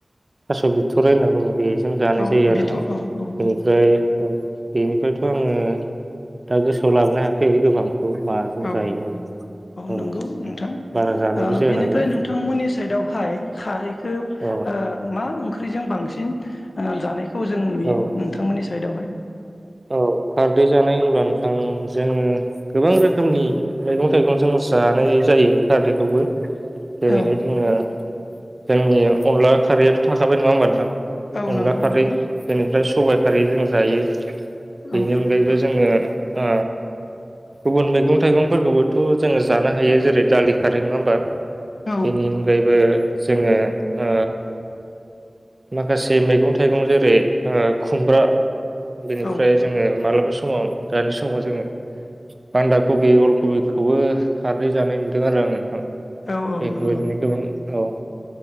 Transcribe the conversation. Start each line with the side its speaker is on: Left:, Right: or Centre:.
Right: थास' बिथराय होनना बुङो बे जों जानाय
Left: औ
Right: जायो आरोना।
Left: बिथ' औ औ
Right: बेनिफ्राय औ बेनिफ्रायथ' आङो दा गोसोआव लाबोन हायाखै गोबां खौ माजों
Left: औ
Right: जायोमोन औ
Left: नंगौ नोंथां
Right: बारा जानायबो
Left: ओ
Right: जाया
Left: बिनिफ्राय
Right: नालाय
Left: नोंथांमोननि सायदावहाय खारैखौ
Right: औ
Left: ओ मा ओं खै जों बांसिन ओ जानाय खौ जों नुयो।
Right: औ
Left: नोंथांमोननि सायदावहाय
Right: औ खारदै जानाय होनब्ला नोंथां जोङो गोबां रोखोमनि मैगं थाइगं जों जानाय जायो खारदैखौबो। जेरैहाय
Left: औ
Right: जोङो जोंनि अनला खारैयाथ' थाखाबाय नङा होमबा नोंथां।
Left: औ
Right: अनला
Left: नंगौ
Right: खारै
Left: नोंथां
Right: बेनिफ्राय सु सबाय खारै जों जायो। बेनि
Left: औ
Right: अनगायैबो जोङो ओ गुबुन मैगं थाइगंफोरखौबोथ' जोङो जानो हायो। जेरै दालि खारै नङा होमबा?
Left: औ
Right: बेनि अनगायैबो जोङो ओ माखासे मैगं थाइगं जेरै ओ खुमब्रा
Left: औ
Right: फ्राय जोंङो मालाब फोर समाव दानि समाव जोंङो बान्दा कबि, अल कबिखौबो खारदै जानाय नुदों आरो आंङो नोंथां।
Left: औ औ
Right: बेफोरबायदिनो
Left: नंगौ
Right: गोबां औ।